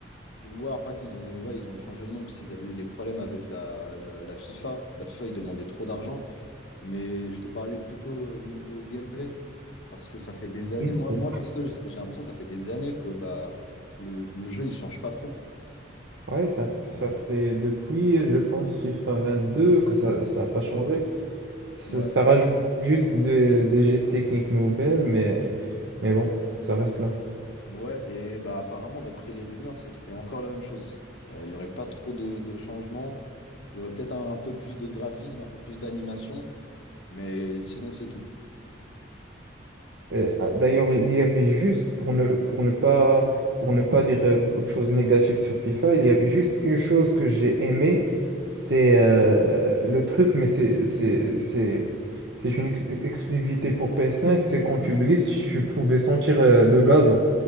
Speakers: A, on the left; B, on the right.
A: Ouais, en fait, ils ont, ouais, ils ont changé le nom parce qu'ils avaient eu des problèmes avec la, la, la FIFA. La FIFA, ils demandaient trop d'argent. Mais je te parlais plutôt euh, niveau gameplay. Parce que ça fait des années,
B: <laughs>
A: moi, moi perso, j- j'ai l'impression que ça fait des années que bah, le, le jeu, il change pas trop.
B: Ouais, ça, ça fait depuis, je pense, FIFA 22 que ça, ça n'a pas changé. Ça,
A: Ouais.
B: ça rajoute juste des, des gestes techniques nouvelles, mais, mais bon, ça reste là.
A: Ouais, et bah apparemment, d'après les rumeurs, ça serait encore la même chose. Euh, Il y aurait pas trop de, de changements. Il y aurait peut-être un un peu plus de graphisme, un peu plus d'animation. Mais sinon, c'est tout.
B: Euh, ah, D'ailleurs, il y avait juste, pour ne, pour ne pas, pour ne pas dire euh, beaucoup de choses négatives sur FIFA, il y avait juste une chose que j'ai aimée, c'est euh, le truc, mais c'est, c'est, c'est, c'est une ex- exclusivité pour PS5, c'est quand tu glisses, tu pouvais sentir euh, le gazon.